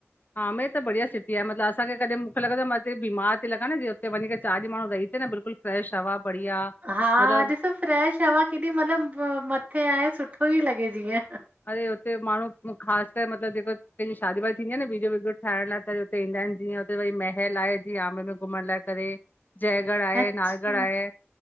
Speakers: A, on the left; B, on the right.
A: आमेर त बढ़िया सिटी आ मतलब असांखे कॾै मूंखे लॻदो आ मां हिते बीमार थी लॻां न जे हुते वञी चार ॾिह रहि अचे न माणू हुते बिल्कुल फ्रेश हवा बढ़िया।
B: हा
A: मतिलबु
B: ॾिसो फ्रैश हवा केॾी मतलब मथे आये सुठो ही लॻे जीअं।
A: अरे हुते माणू ख़ास करे मतलब ॼेको कैंजी शादी वादी थींदी आ न वीडियो विडियो ठाहिण लाइ। करे हुते ईंदा आयन जीअं हुते वरी महल आये जीअं आमेर में घुमण लाइ करे। जयगढ़ आये
B: अच्छा
A: नायगढ़ आये।